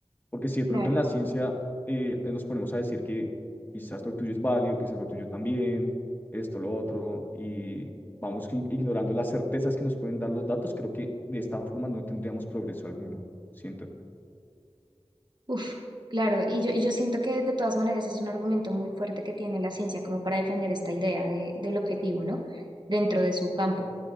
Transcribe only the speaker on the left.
Porque si de
pronto en la ciencia eh, nos ponemos a decir que quizás lo tuyo es válido, quizás lo tuyo también, esto, lo otro, y vamos i- ignorando las certezas que nos pueden dar los datos, creo que de esta forma no tendríamos progreso alguno, siento.